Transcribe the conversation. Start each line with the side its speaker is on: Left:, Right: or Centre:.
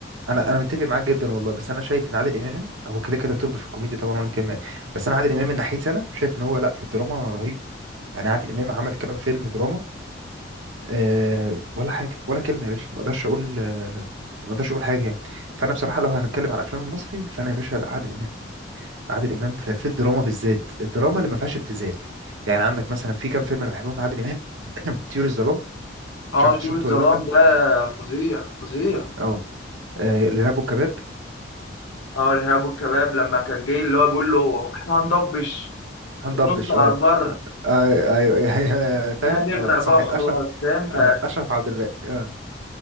Right: انا انا متفق معاك جدا والله بس انا شايف ان عادل امام هو كده كده توب في الكوميديا طبعا ولا كلمة بس انا عادل امام من ناحيتي انا شايف ان هو لا في الدراما رهيب يعني عادل امام عمل كام فيلم دراما أه ولا حاجه ولا كلمه يا باشا ما اقدرش اقول أه ما اقدرش اقول حاجه يعني فانا بصراحه لو هنتكلم على الافلام المصري فانا يا باشا لا، عادل امام عادل امام في, في الدراما بالذات الدراما اللي ما فيهاش ابتذال يعني عندك مثلا في كام فيلم انا بحبهم لعادل امام <coughs> <clears throat> طيور الظلام
Left: اه
Right: مش عارف انت
Left: طيور
Right: شفته
Left: الظلام
Right: ولا لا
Left: ده فظيع فظيع
Right: اه آه، الارهاب والكباب
Left: اه الارهاب والكباب لما كان جاي اللي هو بيقول له احنا هنضبش
Right: هندبش
Left: نوصل
Right: اه
Left: على البر
Right: آه، ايوه آه، <laughs> فاهم
Left: هنغرق
Right: اه صح
Left: بقى وخلاص
Right: اشرف
Left: فاهم ف
Right: آه، اشرف عبد الباقي اه